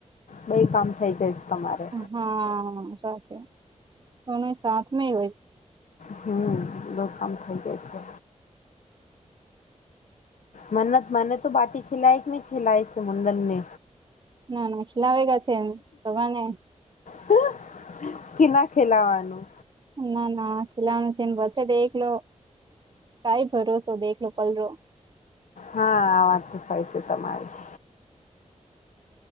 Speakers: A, on the left; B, on the right.
A: બઈ કામ થઈ જઈશ તમારે
B: હા સાચું કોનો ય સાથમ હોય.
A: હ દ કામ થઈ જાય છે. મન્નત મને તો બાટી ખલાઈ કે ન ખલાય મુન્ડનને.
B: ના ના ખલાવે ગયા છે તો મને.
A: કે ખેલા ખેલાવાનું.
B: ના ના ખિલામ છેન બછે દેખલો. કઈ ભરોસો દેખલો પલરો.
A: હા આ વાત તો સઈ છે તમારી.